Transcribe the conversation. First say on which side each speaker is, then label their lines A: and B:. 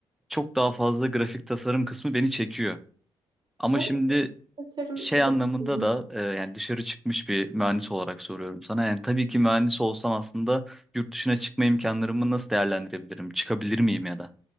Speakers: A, in the centre; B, on the right.
A: çok daha fazla grafik tasarım kısmı beni çekiyor. Ama
B: Bu
A: şimdi
B: tasarım
A: şey
B: çok
A: anlamında
B: önemli.
A: da e, yani dışarı çıkmış bir mühendis olarak soruyorum sana. Yani tabii ki mühendis olsam aslında yurt dışına çıkma imkanlarımı nasıl değerlendirebilirim? Çıkabilir miyim ya da?